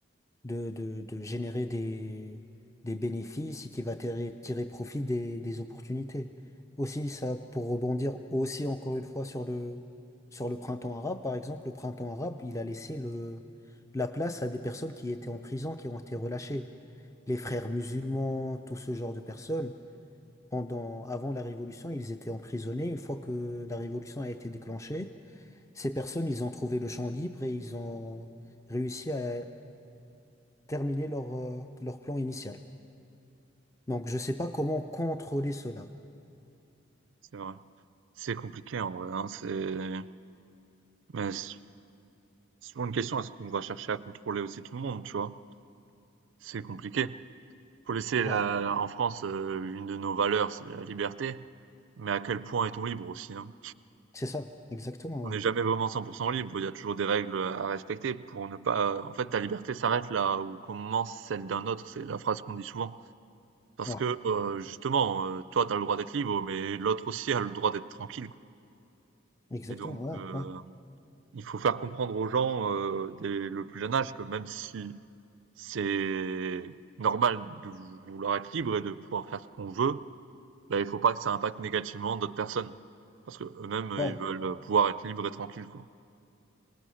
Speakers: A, on the left; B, on the right.
A: de, de, de générer des, des bénéfices et qui va tirer, tirer profit des, des opportunités. Aussi, ça, pour rebondir aussi encore une fois sur le, sur le printemps arabe, par exemple, le printemps arabe, il a laissé le, la place à des personnes qui étaient en prison, qui ont été relâchées. Les frères musulmans, tout ce genre de personnes, pendant, avant la révolution, ils étaient emprisonnés. Une fois que la révolution a été déclenchée, ces personnes, ils ont trouvé le champ libre et ils ont réussi à terminer leur, euh, leur plan initial. Donc, je sais pas comment contrôler cela.
B: c'est vrai. C'est compliqué en vrai, hein, c'est mais c'est souvent une question, est-ce qu'on va chercher à contrôler aussi tout le monde, tu vois? C'est compliqué. Faut laisser
A: Ouais,
B: la- en France euh, une de nos valeurs, c'est la liberté, mais à quel point est-on libre aussi, hein?
A: c'est ça, exactement,
B: On
A: ouais.
B: n'est jamais vraiment 100% libre, il y a toujours des règles à respecter pour ne pas en fait, ta liberté s'arrête là où commence celle d'un autre, c'est la phrase qu'on dit souvent. Parce
A: Ouais,
B: que, heu, justement, heu, toi, t'as le droit d'être libre, mais l'autre aussi a le droit d'être tranquille, quoi
A: exactement,
B: et donc
A: ouais,
B: heu,
A: ouais,
B: il faut faire comprendre aux gens, heu, dès le plus jeune âge que même si c'est normal de vou vouloir être libre et de pouvoir faire ce qu'on veut, bah, il faut pas que ça impacte négativement d'autres personnes. Parce que eux mêmes
A: ouais.
B: ils veulent pouvoir être libres et tranquilles, quoi.